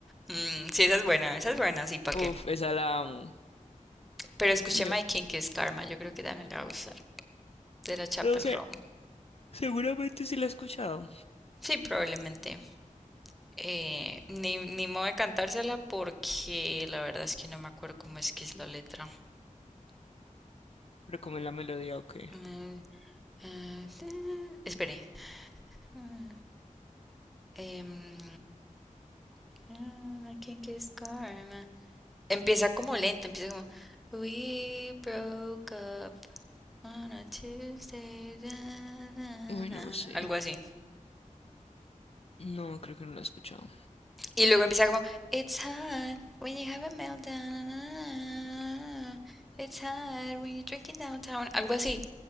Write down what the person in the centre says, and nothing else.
Mm, sí, esa es buena, esa es buena, sí, ¿para
qué?
Pero escuché
My Kink is Karma, yo creo que también la va a gustar. De la Chapel
Roan.
Sí, probablemente. Eh, ni, ni modo de cantársela porque la verdad es que no me acuerdo cómo es que es la letra.
Mm, ah, ta- Espere. Ah, em, ah, My Kink is Karma. Empieza como lento, empieza como We broke up on a Tuesday, da, na,
na",
algo así.
Y luego empieza como It's hard when you have a meltdown, na, It's hard when you're drinking downtown, algo así.